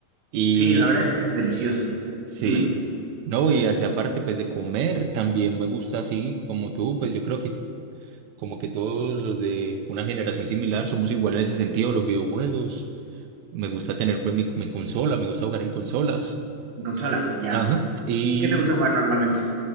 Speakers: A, on the right; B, on the right.
A: Y,
B: Sí, la verdad es que es delicioso.
A: Sí,
B: Dime,
A: no, y así aparte pues de comer, también me gusta así como tú, pues yo creo que como que todos los de una generación similar somos iguales en ese sentido, los videojuegos, me gusta tener pues mi, mi consola, me gusta jugar en consolas,
B: en consola, ya.
A: ajá, y
B: ¿Qué te gusta jugar normalmente?